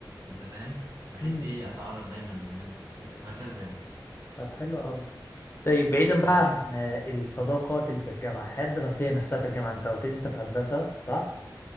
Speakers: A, on the right (about 45°); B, on the left (about 30°).
A: انت فاهم بحيث
B: مم.
A: ايه اتعرض دايما للناس آه، وهكذا يعني
B: طب حلو قوي طيب بعيدا
A: فهيك
B: بقى عن آه، الصداقات اللي في الجامعه الحياه الدراسيه نفسها في الجامعه انت قلت لي انت في هندسه صح